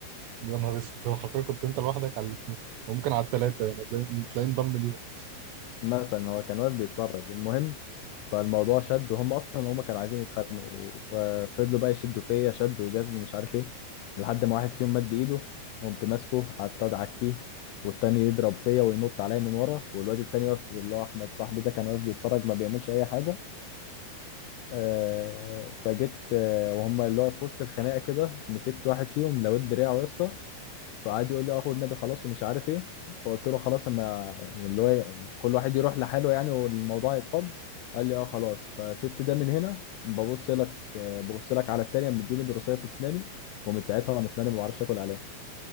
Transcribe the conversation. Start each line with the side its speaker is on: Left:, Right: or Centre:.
Right: يا نهار اسود هو حرفيا كنت انت لوحدك على الاثنين وممكن على الثلاثه يعني تلاقيه تلاقيه انضم ليهم بس
Left: مثلا هو كان واقف بيتفرج المهم فالموضوع شد وهم اصلا هم كانوا عايزين يتخانقوا ففضلوا بقى يشدوا فيا شد وجذب ومش عارف ايه لحد ما واحد فيهم مد ايده قمت ماسكه قعدت ادعك فيه والتاني يضرب فيا وينط عليا من ورا والواد التاني واقف اللي هو احمد صاحبي ده كان واقف بيتفرج ما بيعملش اي حاجه آه، فجيت آه، وهم اللي هو في وسط الخناقه كده مسكت واحد فيهم لويت دراعه يا اسطى فقعد يقول لي اه خد نبي خلاص ومش عارف ايه فقلت له خلاص اما يعني اللي هو كل واحد يروح لحاله يعني والموضوع يتفض قال لي اه خلاص فسبت ده من هنا ببص لك آه، ببص لك على التانية مديني بروسيه في اسناني ومن ساعتها وانا اسناني ما بعرفش اكل عليها